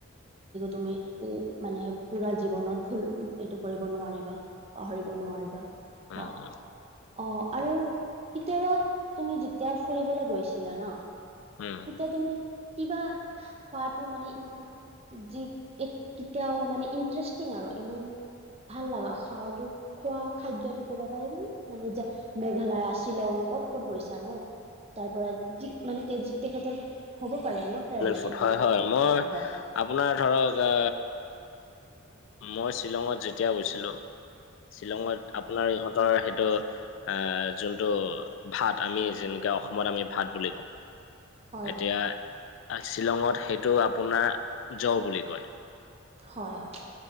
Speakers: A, on the right (about 30°); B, on the left (about 60°).
A: তুমি উম মানে পুৰা জীৱনত ভুল এইটো কৰিব নোৱাৰিবা পাহৰিব নোৱাৰিবা
B: <unintelligible>
A: হয় অ আৰু কেতিয়াবা তুমি যেতিয়া ফুৰিবলৈ গৈছিলা ন
B: উম
A: তেতিয়া তুমি কিবা খোৱাটো মানে ইমান যি এক কেতিয়াও মানে ইণ্টাৰেষ্টিং আৰু ইমান ভাল লাগা খাৱাতো খোৱা খাদ্যটো ক'বা পাৰিবানা মানে <unintelligible> মেঘালয় শ্বিলং ক'ত ক'ত গৈছা ন তাৰ পাৰা যি মানে তে তেখেতৰ হ'ব পাৰে ন ট্ৰেডিশনেল
B: ফুড হয়
A: বিলাক
B: মই
A: হয় হয় হয়
B: আপোনাৰ ধৰক এ মই শ্বিলঙত যেতিয়া গৈছিলো শ্বিলঙত আপোনাৰ ইহঁতৰ সেইটো আহ যোনটো ভাত আমি যেনেকে অসমত আমি ভাত বুলি কওঁ
A: হয়
B: এতিয়া
A: হয়
B: শ্বিলঙত সেইটো আপোনাৰ জ বুলি কয়
A: হয় হয়